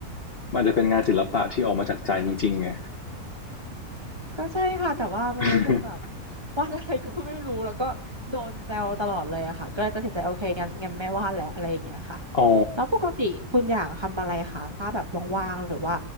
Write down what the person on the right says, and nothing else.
<laughs> ก็ใช่ค่ะแต่ว่ามันรู้สึกแบบ
วาดอะไรก็ไม่รู้แล้วก็โดนแซวตลอดเลยอะค่ะก็เลยตัดสินใจโอเคงั้นงั้นไม่วาดแล้วอะไรอย่างเงี้ยค่ะ
แล้วปกติคุณอย่างทำอะไรคะถ้าแบบว่างๆหรือว่า